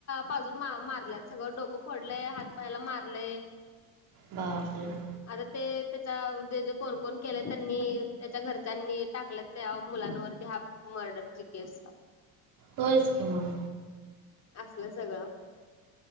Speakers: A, on the left; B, on the right.
A: पाजून मारल्यात सगळं डोकं फोडलय हात पायाला मारलय
B: बाप <unintelligible>
A: आता ते त्याच्या जे जे कोण कोण केल्यात त्यांनी त्याच्या घरच्यांनी टाकल्यात त्या मुलांनवरती हाफ मर्डरची केस
B: होयचं की मग
A: असलं सगळं